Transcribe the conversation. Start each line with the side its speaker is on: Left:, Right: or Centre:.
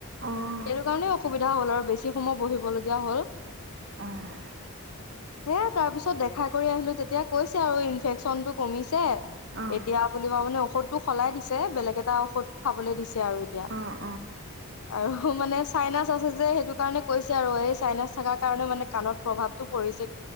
Right: অ',
Left: সেইটো কাৰণেই অসুবিধা হ'ল আৰু বেছি সময় বহিবলগীয়া হল
Right: উ <unintelligible>
Left: হে তাৰ পিছত দেখা কৰি আহিলো তেতিয়া কৈছে আৰু ইনফেকচন টো কমিছে
Right: অ',
Left: এতিয়া বুলি মানে ঔষধটো সলাই দিছে বেলেগ এটা ঔষধ খাবলৈ দিছে দিছে আৰু এতিয়া
Right: অ',
Left: আৰু মানে চাইনাচ আছে যে সেইটো কাৰণে কৈছে আৰু এই চাইনাছ থকাৰ কাৰণে মানে কাণত প্ৰভাৱতটো পৰিছে